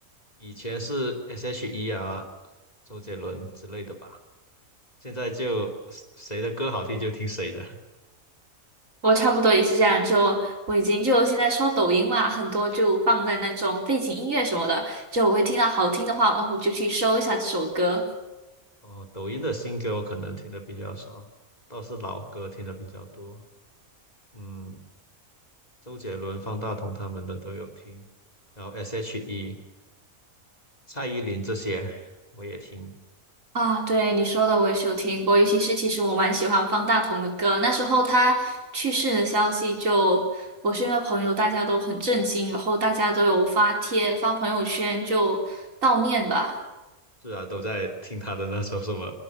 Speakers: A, on the left (about 30°); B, on the right (about 65°).
A: 以前是 S.H.E 啊、周杰伦之类的吧，现在就谁的歌好听就听谁的。
B: 我差不多也是这样，就我已经就现在刷抖音嘛，很多就放在那种背景音乐什么的，就我会听到好听的话，哦，我就去搜一下这首歌。
A: 哦，抖音的新歌我可能听的比较少，倒是老歌听的比较多。嗯，周杰伦、方大同他们的都有听，然后 S.H.E。蔡依林这些我也听，
B: 啊，对你说的我也是有听过，尤其是其实我蛮喜欢方大同的歌，那时候他去世的消息就我身边的朋友大家都很震惊，然后大家都有发帖发朋友圈就悼念吧。
A: 是啊，都在听她的那首什么